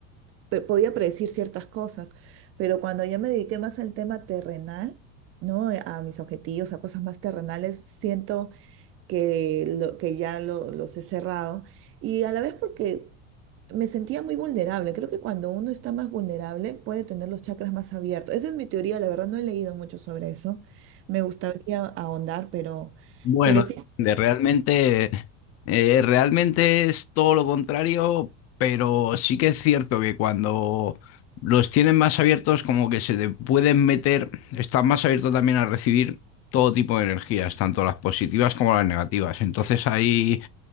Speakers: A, on the right (about 35°); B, on the left (about 40°).
A: pe- podía predecir ciertas cosas, pero cuando ya me dediqué más al tema terrenal, ¿no? Eh, A mis objetivos, a cosas más terrenales, siento que, lo, que ya lo- los he cerrado y a la vez porque me sentía muy vulnerable. Creo que cuando uno está más vulnerable puede tener los chakras más abiertos. Esa es mi teoría, la verdad no he leído mucho sobre eso. Me gustaría ahondar, pero,
B: Bueno,
A: pero sí,
B: de realmente, eh, realmente es todo lo contrario, pero sí que es cierto que cuando los tienen más abiertos, como que se te pueden meter, están más abiertos también a recibir todo tipo de energías, tanto las positivas como las negativas. Entonces ahí,